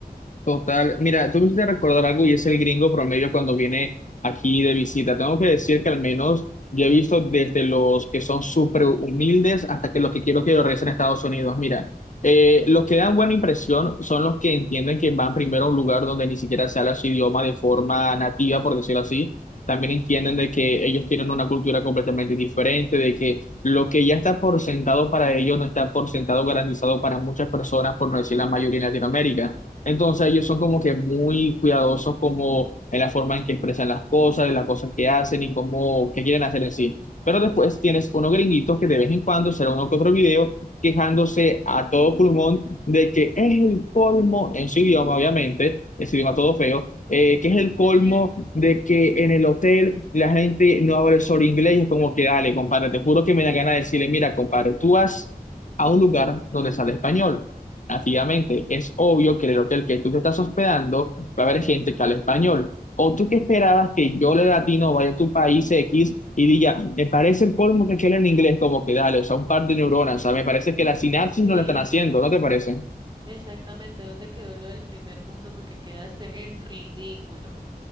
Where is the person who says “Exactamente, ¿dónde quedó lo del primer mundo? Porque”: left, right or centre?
Right